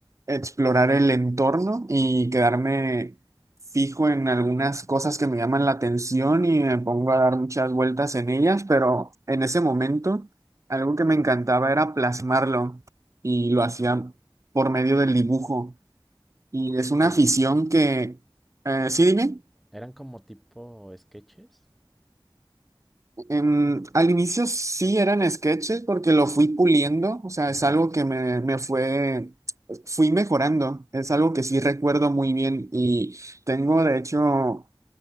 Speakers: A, on the right; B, in the centre.
A: explorar el entorno y quedarme fijo en algunas cosas que me llaman la atención y me pongo a dar muchas vueltas en ellas, pero en ese momento algo que me encantaba era plasmarlo y lo hacía por medio del dibujo. Y es una
B: como,
A: afición que, eh, sí, dime,
B: eran como tipo sketches.
A: em, al inicio sí eran sketches porque lo fui puliendo, o sea,
B: Ajá.
A: es algo que me, me fue, fui mejorando, es algo que sí recuerdo muy bien y tengo de hecho...